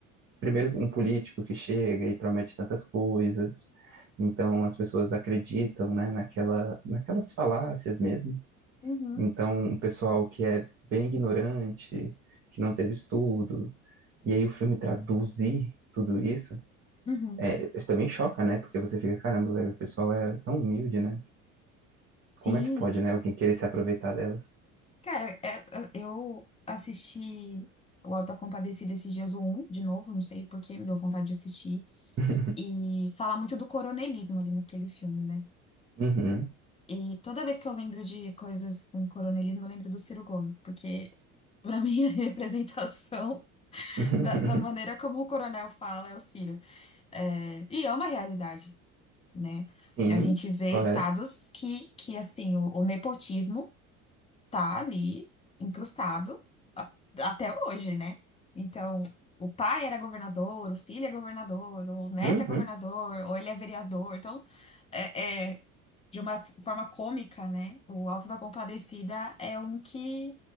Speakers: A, on the right (about 30°); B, on the left (about 15°).
A: primeiro um político que chega e promete tantas coisas. Então as pessoas acreditam, né, naquela, naquelas falácias mesmo.
B: Uhum.
A: Então o pessoal que é bem ignorante, que não teve estudo, e aí o filme traduzir tudo isso,
B: Uhum.
A: é, isso também choca, né? Porque você fica, caramba, velho, o pessoal é tão humilde, né?
B: Sim.
A: Como é que pode,
B: E,
A: né, alguém querer se aproveitar delas?
B: cara, é- é- eu assisti o Auto da Compadecida esses dias, o um de novo, não sei por que, me deu vontade de assistir.
A: <laughs>
B: E fala muito do coronelismo ali naquele filme, né?
A: Uhum.
B: E toda vez que eu lembro de coisas com coronelismo, eu lembro do Ciro Gomes, porque para mim a <laughs> representação
A: <laughs>
B: da, da maneira como o coronel fala é o Ciro. É, e é uma realidade, né?
A: Sim,
B: A gente vê
A: correto.
B: estados que, que assim, o, o nepotismo tá ali incrustado a- até hoje, né? Então, o pai era governador, o filho é governador, o neto
A: Uhum.
B: é governador, ou ele é vereador. Então, é, é de uma f- forma cômica, né? O Alto da Compadecida é um que,